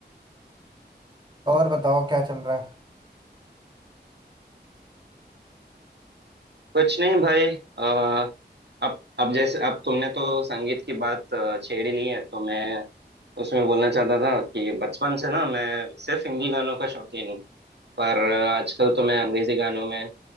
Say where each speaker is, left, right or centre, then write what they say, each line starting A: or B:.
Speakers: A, on the right; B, on the right.
A: और बताओ क्या चल रहा है
B: कुछ नहीं भाई अ, अब अब जैसे अब तुमने तो संगीत की बात अ, छेड़ ही ली है तो मैं उसमें बोलना चाहता था कि बचपन से ना मैं सिर्फ हिंदी गानों का शौकीन हूँ पर अ, आजकल तो मैं अंग्रेजी गानों में